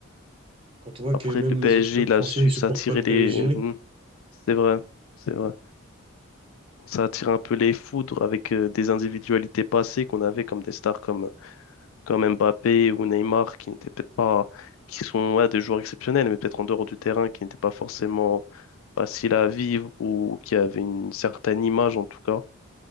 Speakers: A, on the right (about 25°); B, on the left (about 75°).
A: Quand on voit
B: Après,
A: que même
B: le PSG,
A: les autres clubs
B: il
A: français
B: a su
A: ne supportent
B: s'attirer
A: pas le
B: les.
A: PSG,
B: Hmm, c'est vrai, c'est vrai. Ça attire un peu les foudres avec euh, des individualités passées qu'on avait comme des stars comme comme Mbappé ou Neymar, qui n'étaient peut-être pas, qui sont ouais, des joueurs exceptionnels, mais peut-être en dehors du terrain, qui n'étaient pas forcément faciles à vivre ou qui avaient une certaine image en tout cas.